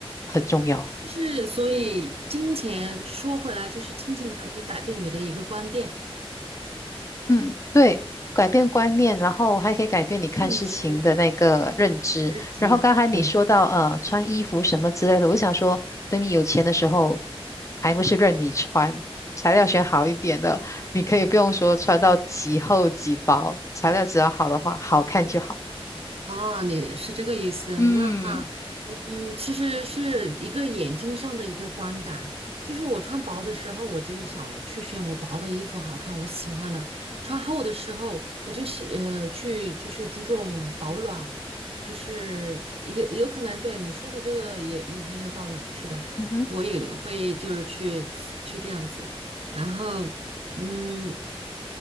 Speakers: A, on the left (about 30°); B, on the right (about 70°).
A: 很重要。
B: 就是所以金钱说回来，就是金钱可以改变你的一个观点、
A: 嗯，对，改变观念，然后还可以改变你看事情的那个认知。
B: 认知、认知。
A: 然后刚才你说到呃穿衣服什么之类的，
B: 对。
A: 我想说，等你有钱的时候，还不是任你穿，材料选好一点的，你可以不用说穿到几厚几薄，材料只要好的话，好看就好。
B: 啊，你是这个意思？
A: 嗯
B: 那，嗯，其实是一个眼睛上的一个观感。就是我穿薄的时候，我就想去选我薄的衣服好看，我喜欢的；穿厚的时候，我就喜呃去就是注重保暖，就是有有可能对你说的这个也也很有道理。是的，
A: 嗯哼，
B: 我也会就是去去这样子，然后。嗯，